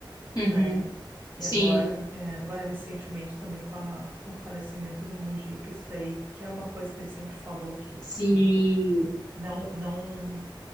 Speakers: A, on the left; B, on the right.
A: Uhum.
B: né? E
A: Sim,
B: agora, eh, agora recentemente também com, a, com o falecimento do Mujica, isso daí, que é uma coisa que ele sempre falou que,
A: sim.
B: que não, não.